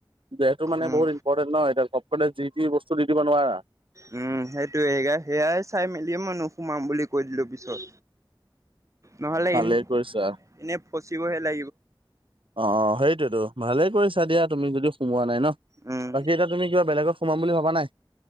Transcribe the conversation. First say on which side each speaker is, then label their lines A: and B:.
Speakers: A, on the right (about 85°); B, on the right (about 35°).
A: দেহটো মানে
B: উম
A: বহুত ইম্পৰটেন্ট। নহ এতিয়া, <unintelligible> যি যি বস্তু দি দিব নোৱাৰা।
B: উম, সেইটোয়ে সেয়াই চাই মেলি মই নোসোমাও বুলি কৈ দিলো পিছত।
A: <inaudible>
B: নহ'লে
A: ভালে
B: এনে-এনে
A: কৰিছা
B: ফচিবহে লাগি
A: অ', সেইটোয়েতো ভালেই কৰিছা দিয়া তুমি, যদি সোমোৱা ন নাই নহ,
B: উম
A: বাকী এতিয়া তুমি কিবা বেলেগত সোমাম বুলি ভাবা নাই?